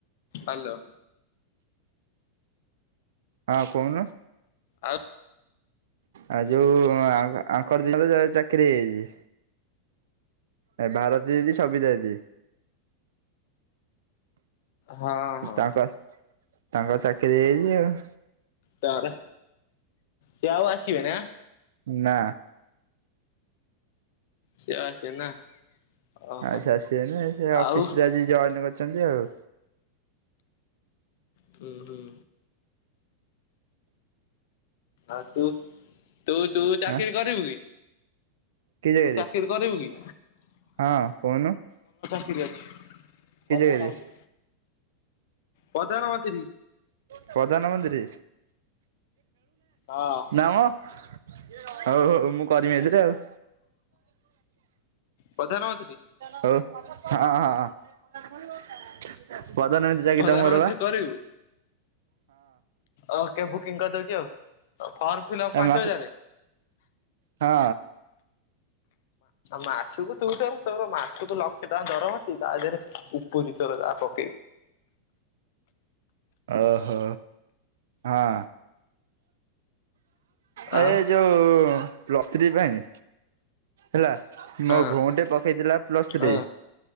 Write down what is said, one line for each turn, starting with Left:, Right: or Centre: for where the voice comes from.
Left: ହଲୋ।
Right: ହଁ କହୁନୁ।
Left: ଆଉ।
Right: ଆଉ ଯୋଉ ଆଙ୍କର ଦିନ ତ ଚାକିରି ହେଇଛି। ଏ ଭାରତ ଦିଦି ସବିତା ଦିଦି।
Left: ହଁ ହଁ।
Right: ତାଙ୍କ ତାଙ୍କ ଚାକିରି ହେଇଛି ଆଉ।
Left: ତାପରେ ସେ ଆଉ ଆସିବେ ଆଁ।
Right: ନା।
Left: ସେ ଆଉ ଆସିବେନି ନା। ଓହୋ
Right: ଆଉ ସେ ଆସିବେନି ସେ
Left: ଆଉ
Right: ଅଫିସ ରେ ଆଜି ଜଏନ୍ କରିଛନ୍ତି ଆଉ।
Left: ହୁଁ ହୁଁ। ଆଉ ତୁ ତୁ ତୁ ଚାକିରି
Right: ଆଁ
Left: କରିବୁ କି?
Right: କି ଜାଗାରେ?
Left: ତୁ ଚାକିରି କରିବୁ କି?
Right: ହଁ କହୁନୁ।
Left: ଠିକ୍ ଅଛି
Right: କି
Left: ପ୍ରଧାନ
Right: ଜାଗାରେ
Left: ମନ୍ତ୍ରୀ ପ୍ରଧାନ ମନ୍ତ୍ରୀ।
Right: ପ୍ରଧାନ ମନ୍ତ୍ରୀ
Left: ହଁ
Right: ନାମ। ହଉ ହଉ ମୁଁ କରିମି ଏଥିରେ ଆଉ।
Left: ପ୍ରଧାନମନ୍ତ୍ରୀ
Right: ହଉ ହଁ ହଁ। ପ୍ରଧାନ ମନ୍ତ୍ରୀ ଚାକିରିଟା
Left: ପ୍ରଧାନମନ୍ତ୍ରୀ
Right: ମର ପା।
Left: କରିବୁ। ଓକେ ବୁକିଂ କରିଦଉଛି ଆଉ। ଫର୍ମ ଫିଲ୍ପ
Right: ଏ
Left: ପାଞ୍ଚ
Right: ମାସ
Left: ହଜାର।
Right: ହଁ
Left: ମାସକୁ ତୁ ତୋର ତୋର ମାସକୁ ଲକ୍ଷେ ଟଙ୍କା ଦରମା ତୁ ତା ଦେହରେ ଉପୁରି ତୋର ଯାହା ପ <inaudible>
Right: ଓହୋ ହଁ। ଏ
Left: ଆଉ
Right: ଯୋଉ ପ୍ଲସ୍ ଥ୍ରୀ ପାଇଁ ହେଲା।
Left: ହଁ
Right: ମୋ ଭଉଣୀ ଟେ ପକେଇଥିଲା ପ୍ଲସ ଥ୍ରୀ।
Left: ହଁ